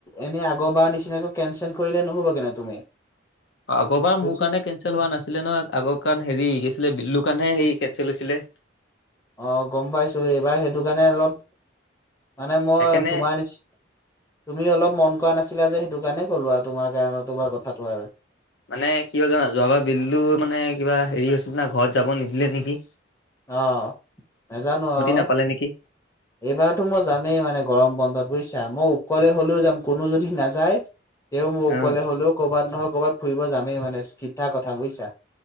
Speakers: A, on the left; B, on the left.
A: এনে আগৰবাৰ নিচিনাকৈ কেন নচেল কৰিলে নহ'ব কিন্তু তুমি
B: আগৰ বাৰ
A: বুজিছা
B: মোৰ কাৰণে কেনচেল হোৱা নাছিলে নহয় আগৰ কাৰণ হেৰি কি আছিলে বিল্লো। কাৰণে সেই কেনচেল হৈছিলে।
A: অ গম পাইছো এইবাৰ সেইটো কাৰণে অলপ। মানে মই
B: সেইকাৰণে
A: তোমাৰ নিচি তুমি অলপ মন কৰা নাছিলা যে সেইটো। সেটো কাৰণে কলো আৰু তোমাৰ কাৰণ তোমাৰ কথাটো আৰু।
B: মানে কি হল যানা যোৱাবাৰ বিল্লুৰ মানে কিবা হেৰি হৈছে না ঘৰত যাব নিদিলে নিকি?
A: অহ নাজানো আও
B: নাপালে নেকি
A: এইবাৰতো মই যামেই মানে গৰম বন্ধত। বুজিছা মই উকলে হলেও যাম কোনো যদি নাযায় তে মই
B: অ
A: উকলে হলেও কবাত নহয় ক'বাত ফুৰিব যামেই মানে চিধা কথা বুজিছা।